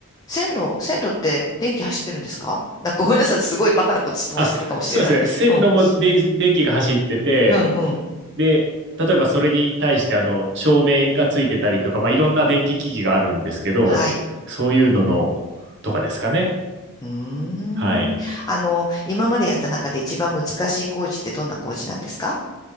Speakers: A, on the left (about 15°); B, on the right (about 55°).
A: 線路、線路って電気走ってるんですかなんかごめんなさい。私すごいバカなこと質問してるかもしれない。
B: あ、そうですね。線路も電、
A: うん。
B: 電気が走ってて、
A: うん、うん。
B: で、例えばそれに対してあの、照明がついてたりとか、まあいろんな電気機器があるんですけど、
A: はい。
B: そういうのの、とかですかね。
A: うーん。
B: はい。
A: あの、今までやった中で一番難しい工事ってどんな工事なんですか